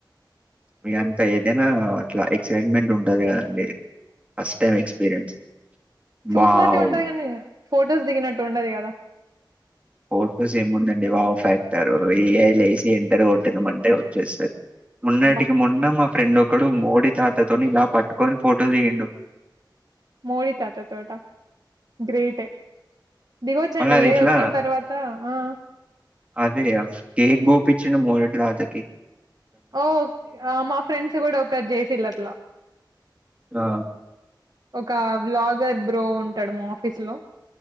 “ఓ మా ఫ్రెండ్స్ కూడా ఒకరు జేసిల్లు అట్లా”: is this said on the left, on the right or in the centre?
Right